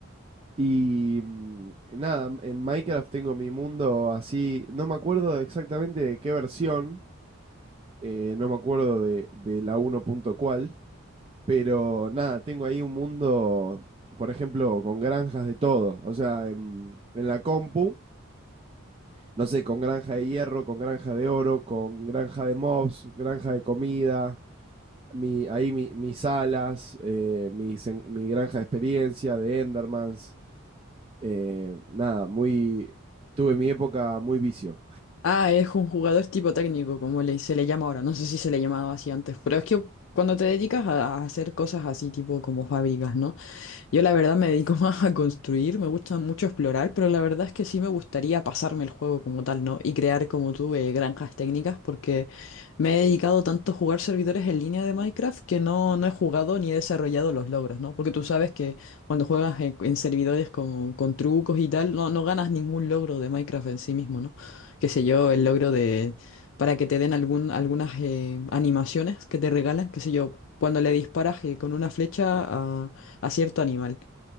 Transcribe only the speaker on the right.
Y mm, nada, en Minecraft tengo mi mundo así, no me acuerdo exactamente de qué versión, eh, no me acuerdo de, de la uno punto cuál, pero nada, tengo ahí un mundo, por ejemplo, con granjas de todo, o sea, en, en la compu, no sé, con granja de hierro, con granja de oro, con granja de mobs, granja de comida, mi, ahí mi- mis alas, eh, mis en- mi granja de experiencia, de Endermans. eh, nada, muy, tuve mi época muy vicio.